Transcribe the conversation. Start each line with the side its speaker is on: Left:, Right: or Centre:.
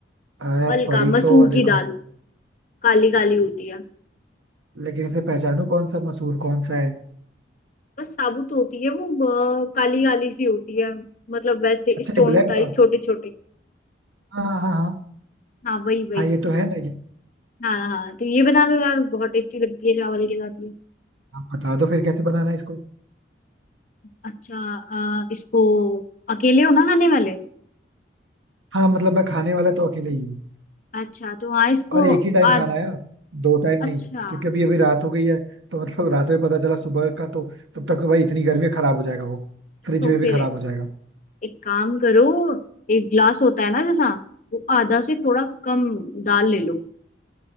Right: अ, यार
Left: मलका
Right: पड़ी
Left: मसूर
Right: तो देखो
Left: की दाल काली काली होती है
Right: लेकिन इसे पहचानू कौन सा मसूर कौन सा है
Left: बस साबुत होती है वो काली काली सी होती है मतलब वैसे
Right: अच्छा
Left: स्टोन
Right: ये ब्लैक
Left: टाइप
Right: दाल
Left: छोटे छोटे
Right: हाँ हाँ हाँ हाँ
Left: हाँ वही वही
Right: हाँ ये तो है ना ये
Left: हाँ हाँ तो ये बना लो यार बहुत टेस्टी लगती है चावल के साथ ये
Right: आप बता दो फिर कैसे बनाना है इसको
Left: अच्छा अ, इसको अकेले हो ना खाने वाले
Right: हाँ मतलब मैं खाने वाला तो अकेले ही हूँ
Left: अच्छा तो हाँ इसको
Right: और एक ही टाइम
Left: आद,
Right: खाना है यार, दो टाइम नहीं
Left: अच्छा
Right: क्योंकि अभी अभी रात हो गई है तो मतलब रात में पता चला सुबह का तो तब तक तो भाई इतनी गर्मी में खराब हो जाएगा वो फ्रिज
Left: तो
Right: में भी
Left: फिर
Right: खराब हो जाएगा
Left: एक काम करो एक ग्लास होता है ना जैसा वो आधा से थोड़ा कम दाल ले लो